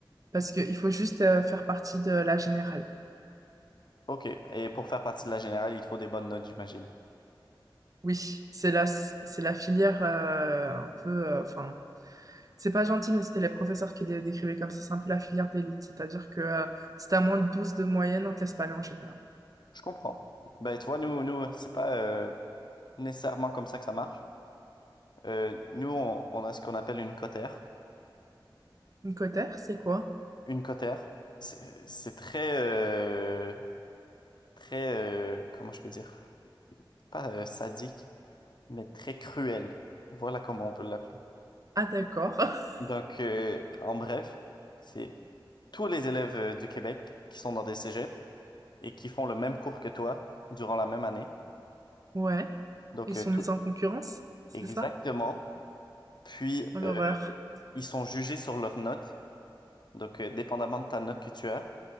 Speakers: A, on the right; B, on the left.
A: parce qu'il faut juste euh, faire partie de la générale.
B: Ok, et pour faire partie de la générale, il te faut des bonnes notes, j'imagine.
A: Oui, c'est la, c'est la filière euh, un peu, euh, enfin C'est pas gentil, mais c'était les professeurs qui dé- décrivaient comme ça. C'est un peu la filière d'élite. C'est-à-dire que euh, si t'as moins de douze de moyenne, on te laisse pas aller en général.
B: Je comprends. Ben, tu vois, nous, nous, c'est pas euh, nécessairement comme ça que ça marche. Euh, nous, on, on a ce qu'on appelle une cotère.
A: Une cotère, c'est quoi?
B: Une cotère, c'est c'est très, euh, très, euh, comment je peux dire? Pas euh, sadique, mais très cruel. Voilà comment on peut l'appeler.
A: Ah, d'accord. <laughs>
B: Donc, euh, en bref, c'est tous les élèves euh, du Québec qui sont dans des cégeps et qui font le même cours que toi durant la même année.
A: Ouais.
B: Donc,
A: Ils
B: euh,
A: sont
B: tout
A: mis en concurrence, c'est
B: exactement.
A: ça?
B: Puis,
A: Oh, l'horreur.
B: euh, ils sont jugés sur leurs notes. Donc, euh, dépendamment de ta note que tu as